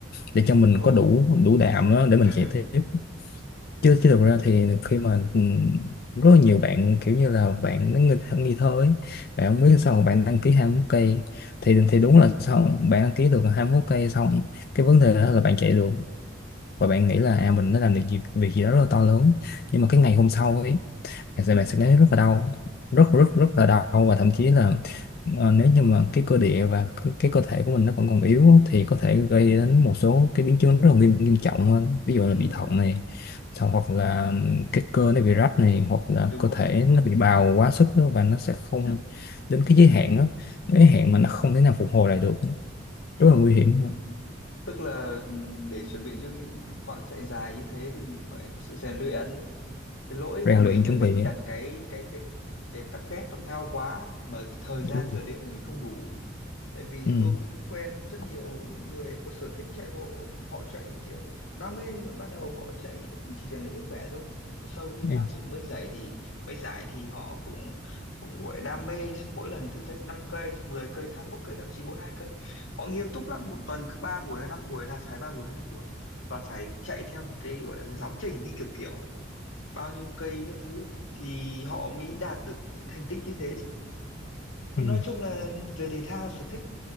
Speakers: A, on the left; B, on the left.
A: để cho mình
B: ồ
A: có đủ đủ đạm á, để mình
B: <laughs>
A: chạy tiếp chứ chứ thực ra thì khi mà ừm, rất là nhiều bạn kiểu như là bạn nó nghi, nghi thơ ấy bạn không biết sao mà bạn đăng ký 21 cây thì thì đúng là sao bạn đăng ký được 21 cây xong cái vấn đề đó là bạn chạy được và bạn nghĩ là à mình đã làm được việc, việc gì đó rất là to lớn nhưng mà cái ngày hôm sau ấy thật
B: ừ
A: sự bạn sẽ thấy rất là đau rất rất
B: ừ
A: rất là đau và thậm chí là ờ, nếu như mà cái cơ địa và cái, cái cơ thể của mình nó còn còn yếu á, thì có thể gây đến một số cái biến chứng rất là nghiêm nghiêm trọng hơn ví dụ
B: ừ
A: là bị thận này xong hoặc là cái cơ nó bị rách này hoặc là
B: đúng
A: cơ
B: rồi
A: thể
B: đúng rồi
A: nó bị bào quá sức đó, và nó sẽ không đến cái giới hạn đó giới hạn
B: ừ
A: mà nó không thể nào phục hồi lại được rất là nguy
B: ừ
A: hiểm
B: tức là ừ, để chuẩn bị cho những quãng chạy dài như thế thì mình phải có sự rèn luyện cái lỗi
A: rèn
B: của mình
A: luyện chuẩn
B: là mình
A: bị
B: đặt cái cái cái cái target nó cao quá mà cái thời
A: ừ.
B: gian rèn luyện của mình không đủ tại vì
A: Ừ. Ừ.
B: tôi cũng quen rất nhiều những người có sở thích chạy bộ họ chạy kiểu đam mê rồi ban đầu họ chạy được cũng chỉ rèn luyện sức khỏe thôi sau khi
A: em
B: tham dự mấy giải thì mấy giải thì họ cũng cũng gọi đam mê xong mỗi lần thử thách 5 cây 10 cây 21 cây thậm chí 42 cây họ nghiêm túc lắm một tuần cứ 3 buổi hay 5 buổi là phải 3 buổi hay 5 buổi và phải chạy theo một cái gọi là giáo trình như kiểu kiểu ấy bao nhiêu cây các thứ thì họ mới đạt được cái thành tích như thế chứ nhưng
A: Ừ.
B: nói chung là về thể thao sở thích